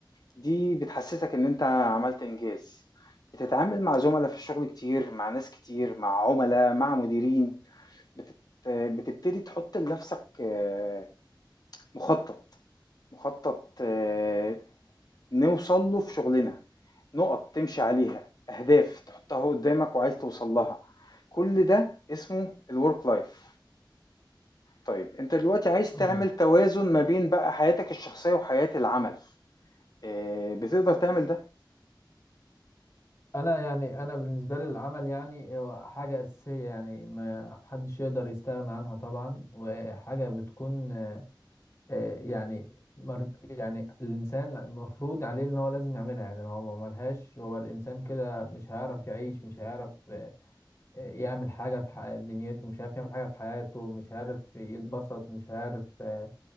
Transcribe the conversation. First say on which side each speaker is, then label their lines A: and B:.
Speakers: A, on the left; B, on the left.
A: دي بتحسسك ان انت عملت انجاز بتتعامل مع زملاء في الشغل كتير مع ناس كتير مع عملاء مع مديرين بتت... بتبتدي تحط لنفسك آه، مخطط مخطط آه، نوصل له في شغلنا نقط تمشي عليها اهداف تحطها قدامك وعايز توصل لها كل ده اسمه الورك لايف طيب أنت دلوقتي عايز
B: تمام.
A: تعمل توازن ما بين بقى حياتك الشخصية وحياة العمل، آآ بتقدر تعمل ده؟
B: انا يعني انا بالنسبة لي العمل يعني هو حاجة اساسية يعني ما حدش يقدر يستغنى عنها طبعا وحاجة بتكون آه، يعني مر... يعني الانسان المفروض عليه ان هو لازم يعملها يعني لو هو ما عملهاش هو الانسان كده مش هيعرف يعيش مش هيعرف يعمل حاجة في ح- دنيته مش عارف يعمل حاجة في حياته مش عارف يتبسط مش عارف آه،